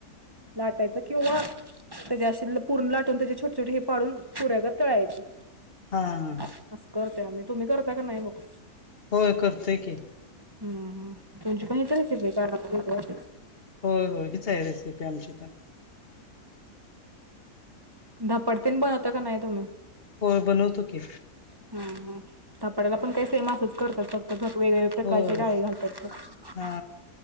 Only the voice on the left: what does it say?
हा हं.
होय करतोय की.
होय होय हीच आहे रेसिपी आमची पण.
होय बनवतो की.
होय
हा